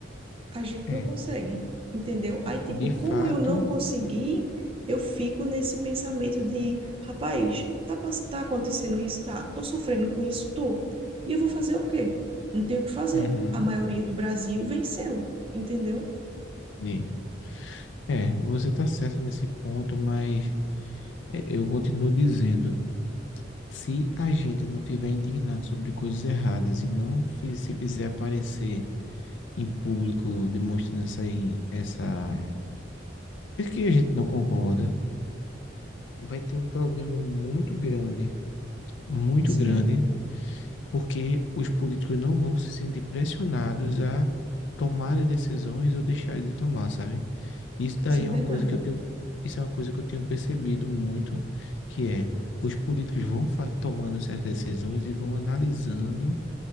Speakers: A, on the right; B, on the left.
A: a gente
B: É.
A: não consegue, entendeu? Aí, tipo,
B: de fato,
A: como eu não consegui, eu fico nesse pensamento de, rapaz, tá, pass- tá acontecendo isso, tá? Tô sofrendo com isso, tô. E eu vou fazer o quê? Não tenho o que fazer.
B: Uhum.
A: A maioria do Brasil venceu, entendeu?
B: entendi. É, você está certa nesse ponto, mas é, eu continuo dizendo: se a gente não tiver indignado sobre coisas erradas e não fi- se fizer aparecer em público demonstrando essa, in- essa. É que a gente não concorda. vai ter um problema muito grande, muito
A: Sim,
B: grande, porque os políticos não vão se sentir pressionados a tomarem decisões ou deixarem de tomar, sabe? Isso daí
A: isso é
B: é
A: verdade.
B: uma coisa que eu tenho, isso é uma coisa que eu tenho percebido muito, que é os políticos vão fa- tomando certas decisões e vão analisando